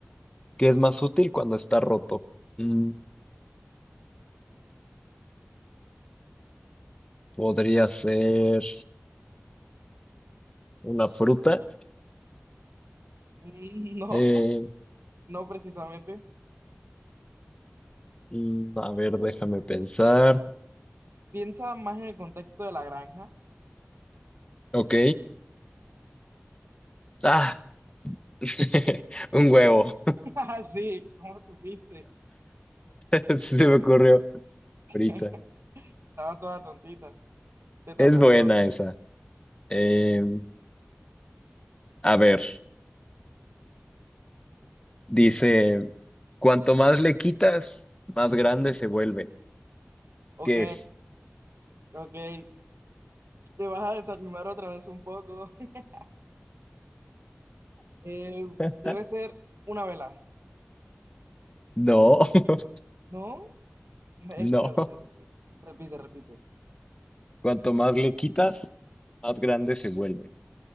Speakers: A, on the left (about 25°); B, on the right (about 80°).
A: ¿qué es más útil cuando está roto? Mm, podría ser una fruta.
B: Mm, No,
A: Eh,
B: <laughs> no precisamente.
A: mm, a ver, déjame pensar.
B: Piensa más en el contexto de la granja.
A: Ok, ah, <laughs> un huevo,
B: <laughs> Ah, Sí, ¿cómo supiste?
A: <laughs> se me ocurrió
B: <laughs>
A: ahorita.
B: Estaba toda tontita. Te toca.
A: Es buena
B: te toca.
A: esa. Em, a ver, dice, cuanto más le quitas, más grande se vuelve.
B: Ok,
A: ¿Qué es?
B: ok. Te vas a desanimar otra vez un poco. <laughs> Eh,
A: <laughs>
B: debe ser una vela.
A: No, <laughs>
B: ¿No? Me-
A: no.
B: Espera, espera, espera. Repite, repite.
A: Cuanto más le quitas, más grande se vuelve.